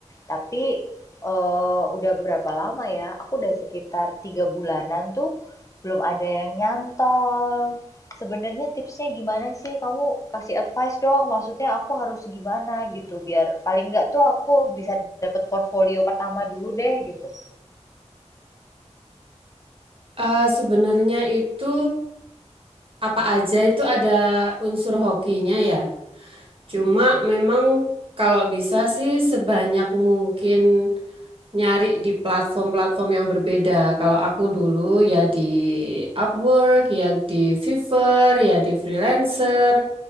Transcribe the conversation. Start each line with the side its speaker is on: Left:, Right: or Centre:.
Left: Tapi eh, udah berapa lama ya? Aku udah sekitar tiga bulanan tuh belum ada yang nyantol. Sebenarnya tipsnya gimana sih? Kamu kasih advice dong. Maksudnya aku harus gimana gitu biar paling nggak tuh aku bisa dapet portfolio pertama dulu deh gitu.
Right: Eh, sebenarnya itu apa aja itu ada unsur hokinya ya. Cuma memang kalau bisa sih sebanyak mungkin nyari di platform-platform yang berbeda. Kalau aku dulu ya di Upwork, ya di Fiverr, ya di freelancer.